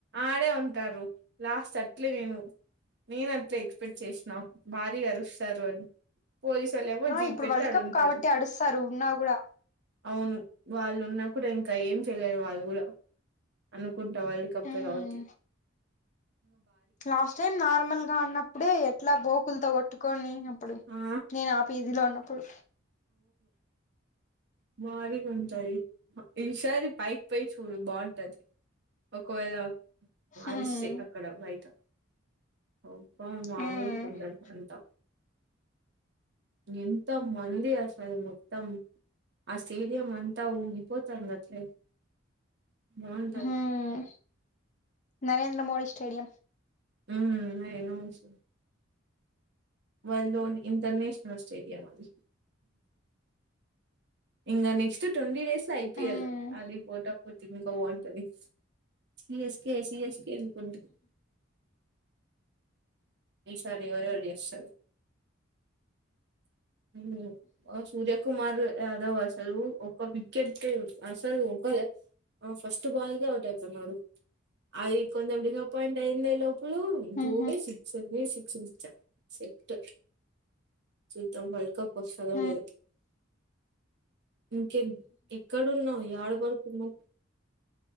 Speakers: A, on the right; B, on the left.
A: ఆడే ఉంటారు లాస్ట్ అట్లే నేను నేన అట్లే ఎక్సపెక్ట్ చేసినా భారీగా అరుస్ స్తారు అని పోలీసోళ్ళేమో
B: ఆ
A: జీప్
B: ఇప్పుడు
A: పెట్టి
B: వరల్డ్
A: ఆడుంటారు
B: కప్ కాబట్టి అడు స్తారు ఉన్నా కూడా
A: అవును వాళ్ళు ఉన్నా కూడా ఇంకా ఏం చెయలేరు వాళ్ళు కూడా అనుకుంటా వరల్డ్ కప్పే
B: హ్మ్
A: కాబత్తి
B: లాస్ట్ టైం నార్మల్ గా ఉన్నప్పుడే ఎట్లా బోకులతో కొట్టు కొని ప్పుడు
A: ఆ
B: నేను ఆ పీజీ లో ఉన్నప్పుడు
A: బారిగా ఉంటది ఈసారి పైకి పోయి చూడు బాగుంటది ఒకవేళ వారిస్తే
B: హ్మ్
A: అక్కడ బయట అబ్బా మామూలు
B: హ్మ్
A: గుండదు అంతా ఎంత మంది అస స ముత్తం ఆ స్టేడియ అంతా ఊగిపోతంది అట్ల బవుంటది
B: హ్మ్ నరేంద్ర మోడీ స్టేడియం
A: ఉం అయిన ఉస్ వర్ల్డ్ ఓన్ ఇంటర్నేషనల్ స్టేడియం అది ఇంకా నెక్స్ట్ ట్వంటీ డేస్ ఐపిఎల్
B: హ్మ్
A: ఆది పోటం పోటిగా బాగుంటది సిఎస్ కే సిఎస్ ఏనుకుంట <inaudible> ఈసారి ఎవరెవరు జేస్తారు హ్మ్ సూర్యకుమార్ యాదవ్ అసలు ఒక్క కేట్టేవ్ అసలు ఒక ఫస్ట్ బాల్గా అవుట్ అవుతున్నాడు అది కొంచెం డిసప్పయింట్ అయ్యిందే లో పులు
B: హ్మ్
A: దూవేసి ఇదే సిక్షరిచ్ఛా సెట్టు చూద్దాం వర్ల్డ్ కప్ వొస్తాదో
B: హ్మ్
A: లేదో ఇంకేం ఎక్కడున్నావ్ యా ఆడ పడుకున్నావ్